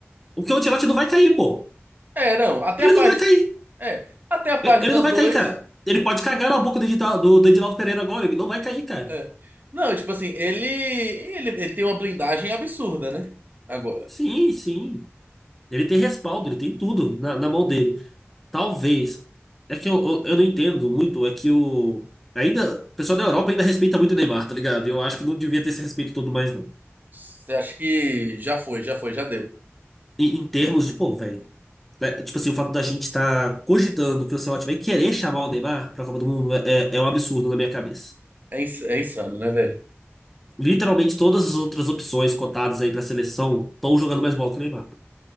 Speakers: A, in the centre; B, on the right (about 40°).
A: o que o Ancelotti não vai cair, pô.
B: É, não, até
A: Ele
B: a página...
A: não vai cair.
B: É, até a página
A: E- Ele não vai
B: dois
A: cair, cara. Ele pode cagar na boca do, Edita- do, do Edinaldo Pereira agora. Ele não vai cair, cara.
B: É. Não, tipo assim, ele, ele... Ele tem uma blindagem absurda, né? Agora.
A: Sim, sim. Ele tem respaldo, ele tem tudo na, na mão dele. Talvez. É que eu, eu, eu não entendo muito. É que o. Ainda. O pessoal da Europa ainda respeita muito o Neymar, tá ligado? Eu acho que não devia ter esse respeito todo mais, não.
B: Você acha que já foi, já foi, já deu.
A: Em, em termos de, pô, velho. né, tipo assim, o fato da gente estar cogitando que o Ancelotti vai querer chamar o Neymar pra Copa do Mundo é, é é um absurdo na minha cabeça.
B: É, ins- é insano, né, velho?
A: Literalmente todas as outras opções cotadas aí pra seleção estão jogando mais bola que o Neymar.